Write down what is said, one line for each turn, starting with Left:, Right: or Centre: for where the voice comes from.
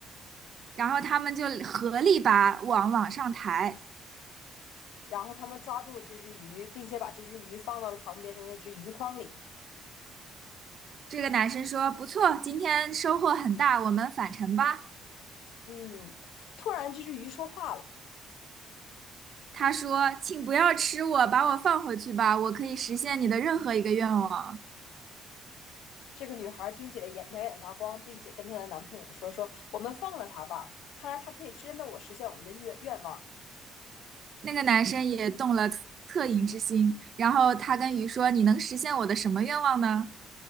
Right: 然后他们就合力把网往上抬。
Left: 然后他们抓住了这只鱼，并且把这只鱼放到了旁边的那只鱼筐里。
Right: 这个男生说：“不错，今天收获很大，我们返程吧。”
Left: 嗯，突然这只鱼说话了。
Right: 他说：“请不要吃我，把我放回去吧，我可以实现你的任何一个愿望。”
Left: 这个女孩听起来眼两眼发光，并且跟她的男朋友说：“说我们放了他吧，看来他可以真的我实现我们的愿愿望。”
Right: 那个男生也动了恻隐之心，然后他跟鱼说：“你能实现我的什么愿望呢？”